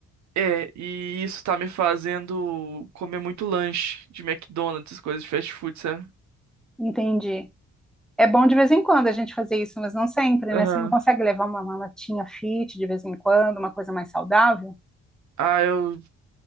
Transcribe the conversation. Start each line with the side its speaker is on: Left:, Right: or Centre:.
Right: É, e isso tá me fazendo comer muito lanche de McDonald's, coisas de fast food, sabe?
Centre: Entendi. É bom de vez em quando a gente fazer isso, mas não sempre,
Right: Aham.
Centre: né? Você não consegue levar uma, uma latinha fit de vez em quando, uma coisa mais saudável?
Right: Ah, eu,